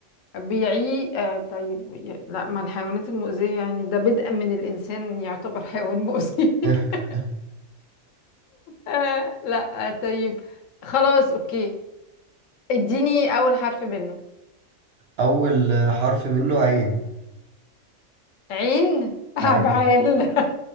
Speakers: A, on the left; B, on the right.
A: آه، بيعي آه، طيب ي- لا ما الحيوانات المؤذية يعني ده بدءا من الإنسان يعتبر حيوان مؤذي <laughs>
B: <laughs>
A: آه، لا آه، طيب خلاص اوكي اديني أول حرف منه
B: اول حرف منه عين
A: عين عبعال
B: عادي